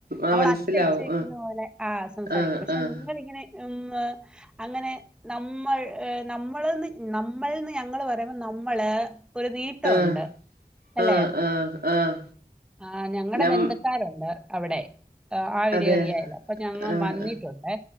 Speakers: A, on the right; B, in the centre.
A: ആഹ്
B: നമ്മള്
A: മനസ്സിലാവും
B: അച്ചടിച്ചു വെക്കുന്നപോലെ ആ സംസാരിക്കും.
A: ആഹ്
B: പക്ഷെ
A: ആഹ്
B: നിങ്ങളിങ്ങനെ ഉമ് അങ്ങനെ നമ്മൾ ഏ നമ്മളെന്നു നമ്മൾ എന്നു ഞങ്ങളു പറയുമ്പോൾ ഞമ്മള് ഒരു നീട്ടമുണ്ട്
A: ആഹ്
B: അല്ലെ
A: ആഹ് ആഹ്, ആഹ്
B: ആ ഞങ്ങടെ
A: നം
B: ബന്ധുക്കാരുണ്ട് അവിടെ ആ ഒരേറിയാല്‌
A: അതെ
B: അപ്പൊ ഞങ്ങ
A: ആഹ്
B: വന്നിട്ടുണ്ടേ